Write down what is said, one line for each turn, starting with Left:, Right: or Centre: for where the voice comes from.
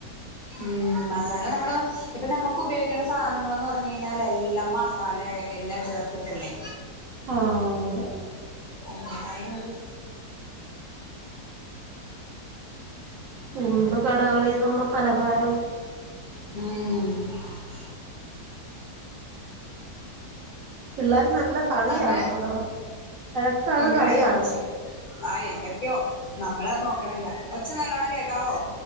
Left: മ്മ് മ്മ് മസാല നമ്മള് ഇപ്പൊ നമുക്ക് ഉപയോഗിക്കണ സാധനങ്ങൾന്ന് പറഞ്ഞഴിഞ്ഞാൽ എല്ലാം മസാല. എല്ലാം ചേർത്തിട്ടല്ലേ
Right: ആഹ് അതെ
Left: അതിൻ്റെതായ ഒരു
Right: ഇന്ന് കടകളീന്നുള്ള പലഹാരോം
Left: മ്മ് മ്മ്
Right: പിള്ളാര് നല്ല കളിയാണോ
Left: അന്ന്
Right: അവിടെ വഴക്കാണോ
Left: ഇവിടെ
Right: കളിയാണോ
Left: ഒച്ച ആഹ് എന്തൊക്കെയോ നമ്മളത് നോക്കണില്ല ഒച്ച നല്ലോണ്ണം കേക്കാവോ